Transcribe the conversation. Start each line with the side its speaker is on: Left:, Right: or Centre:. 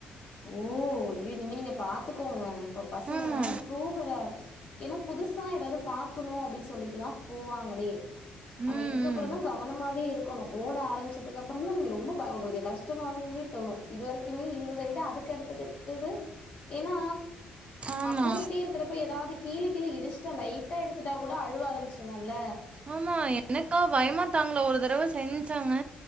Left: ஓ அய்யோ இனிமே நீங்க பாத்துக்கோங்க இப்ப பசங்க
Right: ஆமா
Left: போகுற என்ன புதுசா எதாவது பாக்கணு அப்டின்னு சொல்லிட்டுதா போவாங்களே நம்ம
Right: ம்
Left: இதுக்கப்புற
Right: ம்
Left: தா கவனமாவே இருக்கணு ஓட ஆரம்பிச்சதுக்கு அப்றோ தா நீங்க ரொம்ப உங்ளுக்கு கஷ்டமாவே தோணு இது வரைக்குமே இருந்தத விட அதுக்கு அடுத்தது த்தது ஏன்னா
Right: ஆமா
Left: போயிட்டே இருக்கிறப்ப எதாவ்து கீழ கீழ இடிச்சிட்டா லைட்டா இடிச்சிட்டா கூட அழுவ ஆரம்பிச்சிடுங்கள்ள
Right: ஆமா எனக்கா பயமா தாங்கல ஒரு தடவ செஞ்சாங்க